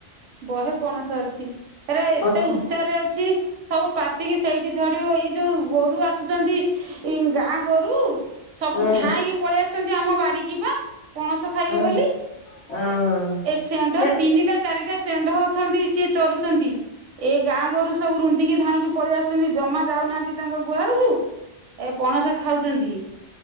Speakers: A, on the right; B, on the left.
A: ବହେ ପଣସ ଅଛି ଏରା ଏତେ
B: ଅଛି।
A: ଉଚ୍ଚାରେ ଅଛି। ସବୁ ପାଚିକି ସେଇଠି ଝଡିବ ଏଇ ଯୋଉ ଗୋରୁ ଆସୁଛନ୍ତି। ଏଇ ଗାଁ ଗୋରୁ ସବୁ
B: ହଁ
A: ଧାଇଁକି ପଳେଇଆସିଛନ୍ତି ଆମ ବାଡିିକିପା ପଣସ ଖାଇବେ
B: ହଁ
A: ବୋଲି।
B: ହଁ।
A: ଏ ସେଣ୍ଢ
B: ସେ
A: ତିନିଟା ଚାରିଟା ସେଣ୍ଢ ଅଛନ୍ତି ସେ ଚରୁଛନ୍ତି ଏ ଗାଁ ଗରୁ ସବୁ ରୁନ୍ଧିକି ଧାଇଁକି ପଳେଇ ଆସୁ ଅଛନ୍ତି ଜମା ଯାଉନାହାନ୍ତି ତାଙ୍କ ଗୁହାଳକୁ ଏ ପଣସ ଖାଉଛନ୍ତି।